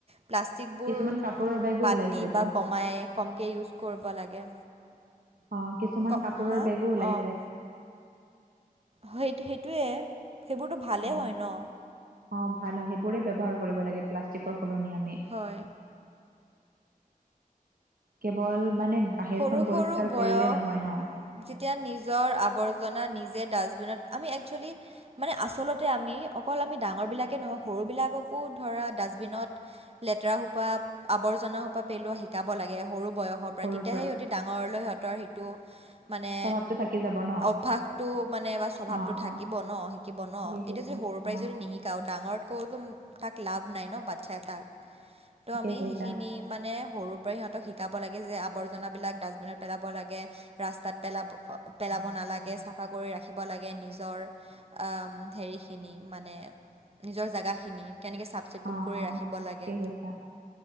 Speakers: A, on the right; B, on the right.
A: প্লাষ্টিকবোৰ
B: কিছুমান কাপোৰৰ বেগো
A: বাদ
B: ওলাইছেতো
A: দি বা কমাই কমকে ইউজ কৰিব লাগে।
B: অ' কিছুমান
A: ক
B: কাপোৰৰ
A: হা
B: বেগো ওলাইছে
A: অ' সেই সেইটোয়ে সেইবোৰতো ভালে
B: অ
A: হয় ন।
B: অ' ভাল হয় সেইবোৰে ব্যৱহাৰ কৰিব লাগে প্লাষ্টিকৰ সলনি আমি।
A: হয়।
B: কেৱল মানে বাহিৰখন
A: সৰু সৰু
B: পৰিষ্কাৰ
A: বয়স
B: কৰিলে নহয় ন।
A: যেতিয়া নিজৰ আৱৰ্জনা নিজে ডাষ্টবিনত আমি এক্সয়েলি আচলতে আমি অকল আমি ডাঙৰবিলাকে নহয় সৰুবিলাককো ডাষ্টবিনত লেতেৰা সোপা আৱৰ্জনা সোপা পেলোৱা শিকাব লাগে সৰু বয়সত।
B: সৰু
A: সেই সিহঁতি ডাঙৰলৈ সিহঁতৰ সিটো মানে
B: স্বভাৱটো থাকি যাব ন
A: অভ্যয়াসতটো মানে বা স্বভাৱতটো
B: অ
A: থাকিব
B: অ
A: ন শিকিব ন
B: ঠিকে কৈছা
A: এতিয়া যদি সৰুৰ পৰাই
B: অ
A: যদি নিশিকে কাৰু ডাঙৰতকৈতো তাক লাভ নাই ন বাচ্ছা এটাক ত'
B: ঠিকে
A: আমি
B: কৈছা
A: সেখিনি মানে সৰুৰ পৰাই সিহঁতক শিকাব লাগে যে আৱৰ্জনাবিলাক ডাষ্টবিনত পেলাব লাগে। ৰাস্তাত পেলাব, পেলাব নালাগে। চফা কৰি ৰাখিব লাগে নিজৰ অ' হেৰিখিনি মানে নিজৰ জাগাখিনি কেনকে চাফ চিকুণ
B: অ
A: কৰি
B: অ
A: ৰাখিব লাগে।
B: ঠিকে কৈছা